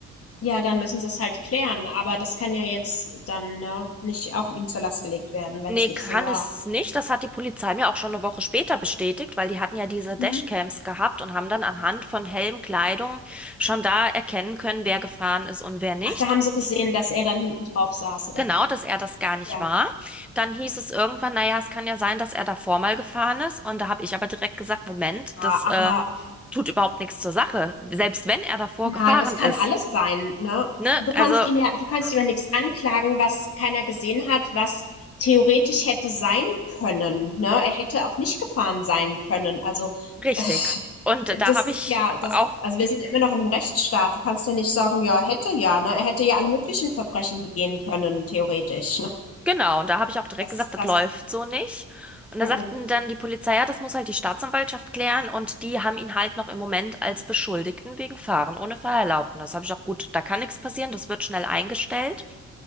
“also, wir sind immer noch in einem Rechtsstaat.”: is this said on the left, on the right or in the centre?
Left